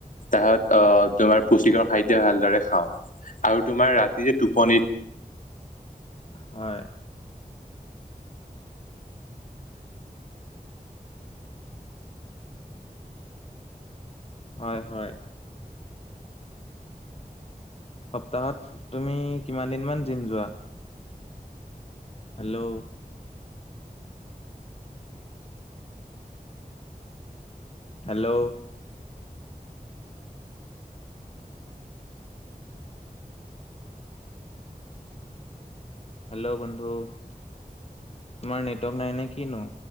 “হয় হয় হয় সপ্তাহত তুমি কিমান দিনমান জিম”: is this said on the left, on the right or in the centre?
Left